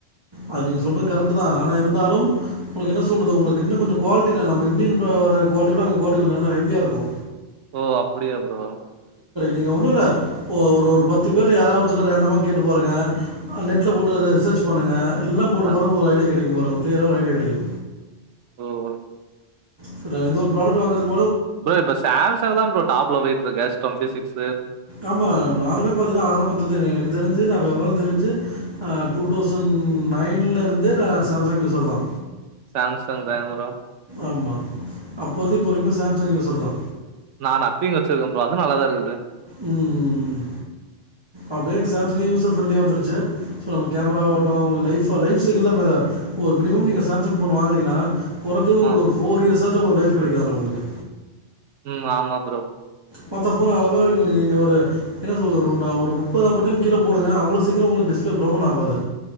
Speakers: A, on the right (about 20°); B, on the right (about 75°).
A: அது நீங்க சொல்றது கரெக்ட்டு தா ஆனா இருந்தாலும் உங்குளுக்கு என்ன
B: ம்.
A: சொல்றது உங்குளுக் இன்னு கொஞ்சு கோல்ட்டில நம்ம இந்தியன் பே வர கோல்ட்டி விட உங்க கோல்ட்டி கொஞ்ச நல்ல எவியா இருக்கு
B: ஓ அப் அப்டியா ப்ரோ
A: நீங்க ஒன்னு இல்ல ஒரு ஒரு பத்து பேர் யாராவதுட ரேண்டமா கேட்டு பாருங்க நெட்ல
B: ம்.
A: போட்டுறத சர்ச் போண்ணுங்க எல்லா போட்டு
B: ஆ.
A: பாருங்க உங்களுக்கு ஐடியா கெடைக்கு கிளியரா ஒரு ஐடியா கெடைக்கு
B: ஓ ஒ
A: ச வந்து ப்ரோடக்ட் வாங்கறது
B: ப்ரோ இப்ப சாம்சங் தா ப்ரோ டாப்ல போயிட்டு இருக்கு டொன்டிசிக்ஸ்
A: ஆமா நானுமே பாத்தீங்கன்னா ஆரம்பத்துல எனக்கு தெரிஞ்சு நா வெவர தெரிஞ்சு ஆ டூ தௌசண்ட் நைன்ல இருந்து நா சாம்சங் யூசர் தா
B: சாம்சங் பேங் ப்ரொ
A: ஆமா அப்பவெ போரிமா சாம்சங் யூசர் தா
B: நா அப்பிங்குவச்சிருக்கே அதுவு நல்லாதா இருக்குது
A: ம் ம் அப்டியே சாம்சங்கு யூசர் ஃப்ரெண்ட்லியா வந்துருச்சு கேமரா வாட்டு ஒரு லைஃப் சைடுல மொத ஒரு மினிமம் நீங்க சாம்சங் போன் வாங்குனிங்கன்னா குறைஞ்சது உங்களுக்
B: ஆ.
A: ஒரு போர் இயர்ஸ் தச்சும் உங்க லைஃப் கிடைக்கதுல்ல உங்களுக்கு
B: ம் ஆமா ப்ரோ
A: மத்த ஃபோனு அதாவது இங்க ஒரு என்ன சொல்றது ஒரு நா ஒரு முப்பது அம்பது டைம் கீழே போடுங்க அவ்ளவு சீக்கிரம் உங்களுக்கு டிஸ்பிளே ப்ரோக்கன் ஆகாது